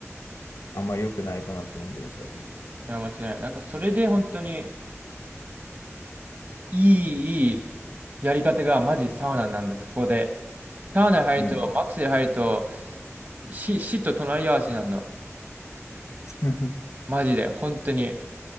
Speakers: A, on the left; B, on the right.
A: あんまり良くないかなと思うんだよね、最近。
B: いや、間違いない。だからそれで本当にいい、いいやり方がマジサウナなんだよ、そこで。サウナ入ると、
A: うん。
B: マックスで入ると、死、死と隣り合わせになるの。
A: <laughs> う
B: マジで、本当に。